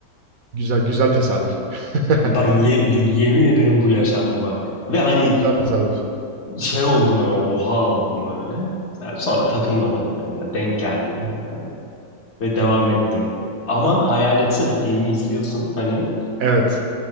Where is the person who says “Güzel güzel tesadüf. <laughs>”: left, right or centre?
Right